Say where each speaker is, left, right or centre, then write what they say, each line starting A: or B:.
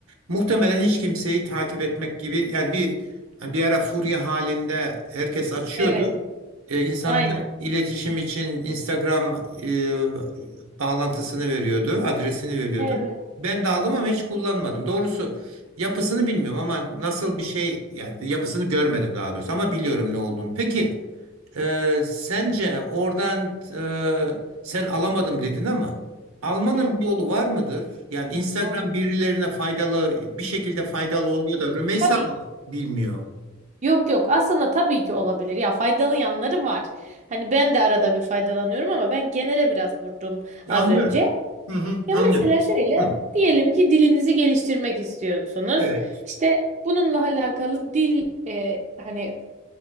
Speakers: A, on the right; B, on the right.
A: Muhtemelen hiç kimseyi takip etmek gibi yani bir yani bir ara furya halinde herkes açıyordu.
B: Evet.
A: Ee, insanlar
B: Aynen.
A: iletişim için Instagram e, bağlantısını veriyordu, adresini veriyordu.
B: Evet.
A: Ben de aldım ama hiç kullanmadım. Doğrusu yapısını bilmiyorum ama nasıl bir şey yani yapısını görmedim daha doğrusu ama biliyorum ne olduğunu. Peki e, sence oradan e, sen alamadım dedin ama. Almanın
B: Hı.
A: bir yolu var mıdır? Yani Instagram
B: Hı.
A: birilerine faydalı bir şekilde faydalı oluyor da Rümeysa
B: Tabii
A: mı bilmiyor?
B: Yok yok aslında tabii ki olabilir ya faydalı yanları var. Hani ben de arada bir faydalanıyorum ama ben genele biraz vurdum
A: Ya
B: az
A: Anlıyorum.
B: önce.
A: Hı hı,
B: Ya
A: anlıyorum.
B: mesela şöyle
A: Hı,
B: diyelim ki dilinizi geliştirmek istiyorsunuz.
A: evet.
B: İşte bununla alakalı dil e, hani